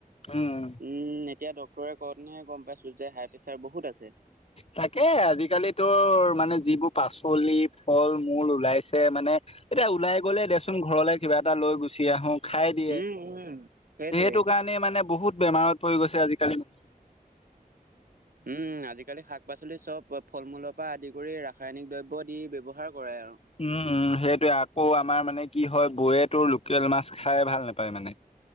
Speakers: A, on the left (about 40°); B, on the right (about 70°).
A: উম।
B: উম, এতিয়া ডক্তৰে কওঁতেনেহে গম পাইছোঁ যে হাই প্ৰেছাৰ বহুত আছে।
A: তাকে, আজিকালি তোৰ মানে যিবোৰ পাচলি, ফল-মূল ওলাইছে মানে এতিয়া ওলাই গ'লে দেচোন ঘৰলে কিবা এটা লৈ গুচি আহোঁ খাই দিয়ে,
B: উম উম সেইটোৱে
A: সেইটোকাৰণেই মানে বহুত বেমাৰত পৰি গৈছে আজিকালি মানুহ।
B: উম, আজিকালি শাক-পাচলি চব ফল-মূলৰ পৰা আদি কৰি ৰাসায়নিক দ্ৰব্য দি ব্যৱহাৰ কৰে আৰু।
A: উম উম, সেইটোৱেই, আকৌ আমাৰ মানে কি হয় বৌৱে তোৰ লোকেল মাছ খাই ভাল নাপায় মানে।